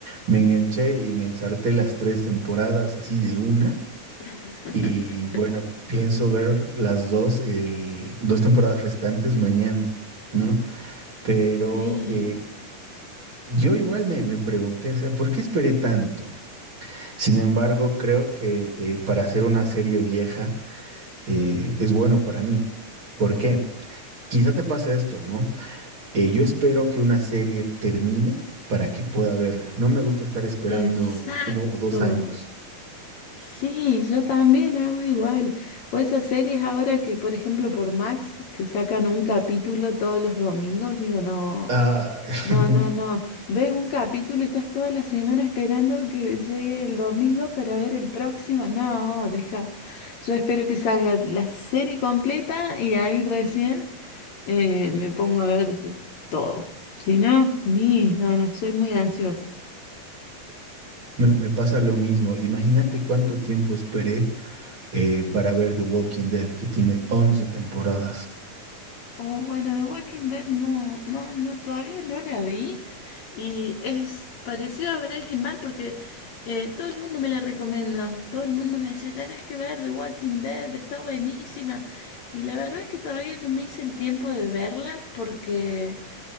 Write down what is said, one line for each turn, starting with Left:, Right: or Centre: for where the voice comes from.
Right: Me enganché y me ensarté las tres temporadas así de una.
Left: <laughs>
Right: Y bueno, pienso ver las dos, el, dos temporadas restantes mañana, ¿no? Pero
Left: Sí.
Right: eh, yo igual me, me pregunté, o sea, ¿por qué esperé tanto? Sin embargo, creo que eh, para hacer una serie vieja eh, es bueno para mí. ¿Por qué? Quizá te pase esto, ¿no? Eh, yo espero que una serie termine para que pueda verla. No me gusta estar esperando
Left: Exacto.
Right: uno o dos años.
Left: Sí, yo también hago igual. O esas series ahora que, por ejemplo, por Max, que sacan un capítulo todos los domingos, digo, no,
Right: Ah,
Left: no,
Right: <laughs>
Left: no, no. Ves un capítulo y estás toda la semana esperando que llegue el domingo para ver el próximo. No, deja. Yo espero que salga la serie completa y ahí recién eh, me pongo a ver todo. Si no, ni, no, no, soy muy ansiosa.
Right: me, me pasa lo mismo. Imagínate cuánto tiempo esperé eh, para ver The Walking Dead, que tiene 11 temporadas.
Left: Oh, bueno, The Walking Dead no, no, no, todavía no la vi y es parecido a Breaking Bad porque eh, todo el mundo me la recomendó, todo el mundo me decía, tenés que ver The Walking Dead, está buenísima y la verdad es que todavía no me hice el tiempo de verla porque